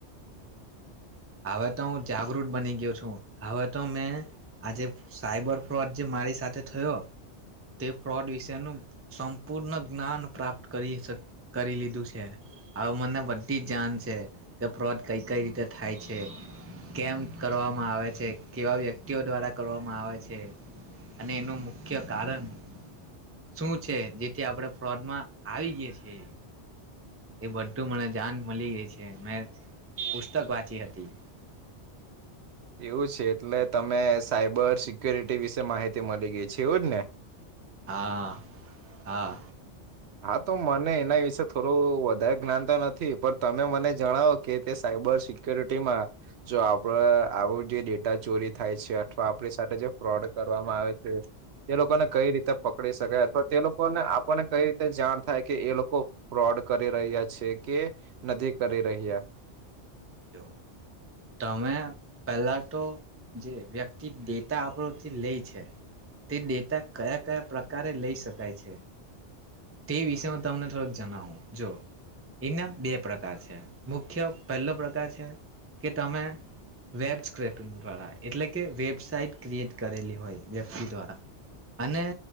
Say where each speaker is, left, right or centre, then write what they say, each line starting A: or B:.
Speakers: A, on the right; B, on the right.
A: હવે તો હું જાગૃત બની ગયો છું હવે તો મેં આજે સાઈબર ફ્રોડ જે મારી સાથે થયો તે ફ્રોડ વિશેનું સંપૂર્ણ જ્ઞાન પ્રાપ્ત કરી કરી લીધું છે હ મને બધી જ જાણ છે કે ફ્રોડ કઈ કઈ રીતે થાય છે કેમ કરવામાં આવે છે કેવા વ્યક્તિઓ દ્વારા કરવામાં આવે છે અને એનું મુખ્ય કારણ શું છે જેથી આપણે ફ્રોડમાં આવી ગય છે. એ બધું મને જાન મળી ગય છે મેં પુસ્તક વાંચી હતી.
B: એવું છે એટલે તમે સાયબર સિક્ય્યોરિટી વિશે માહિતી મળી ગઈ છે એવું જ ને
A: હા હા.
B: હા તો મને એના વિશે થોડું વધારે જ્ઞાનતા નથી પણ તમે મને જણાવો કે સાયબર સિકુરિટીમાં જો આપડ આવું જેે ચોરી. થાય છે અથવા આપણી સાથે જે ફ્રોડ કરવામાં આવે છે તે લોકોને કઈ રીતે પકડી શકાય અથવા તે લોકોને આપને જાણ થાય કે એ લોકો ફ્રોડ કરી રહ્યા છે કે નથી કરી રહ્યા
A: જો તમે પહેલા તો જે વ્યક્તિ ડેટા આપણથી લે છે. તે ડેટા કયા કયા પ્રકારે લઈ શકાય છે. તે વિષ તમને થોડોક જણાવું જો એને બે પ્રકાર છે મુખ્ય પહેલો પ્રકાર છે કે તમે વેબ સ્ક્રેપિંગ દ્વારા એટલે કે વેબસાઇટ ક્રિએટ કરેલી હોય વ્યક્તિ દ્વારા અને